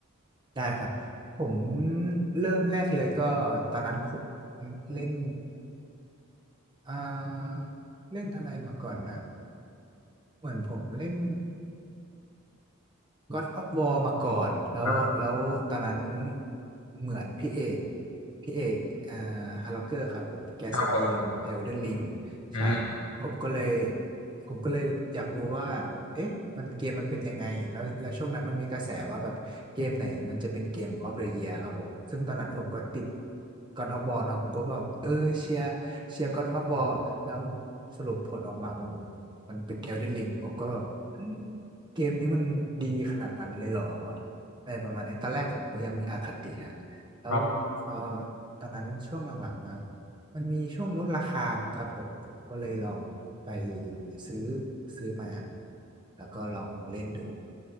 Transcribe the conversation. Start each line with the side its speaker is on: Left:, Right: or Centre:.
Right: ได้ครับผมเริ่มแรกเลยก็ตอนนั้นผมเล่นอ่าเล่นอะไรมาก่อนนะเหมือนผมเล่น God of War มาก่อนแล้วแล้วตอนนั้น
Left: ครับ
Right: เหมือนพี่เอกพี่เอกอ่าฮาร์ล็อกเกอร์ครับผมแกสตรีม
Left: ครับผม
Right: Elden Ring
Left: อืม
Right: ใช่ผมก็เลยผมก็เลยอยากรู้ว่าเอ๊ะมันเกมมันเป็นยังไงแล้วแล้วช่วงนั้นมันมีกระแสว่าแบบเกมไหนมันจะเป็นเกม of the year ครับผมซึ่งตอนนั้นผมก็ติด God of War เนอะผมก็แบบเออเชียร์เชียร์ God of War แล้วสรุปผลออกมามันมันเป็น Elden Ring ผมก็แบบ เกมนี้มันดีขนาดนั้นเลยเหรออะไรประมาณนั้นตอนแรกผมก็ยังมีอคติฮะแล้วพอ
Left: ครับ
Right: ตอนนั้นช่วงหลังๆมา มันมีช่วงลดราคาครับผม ผมก็เลยลองไปซื้อซื้อมา แล้วก็ลองเล่นดู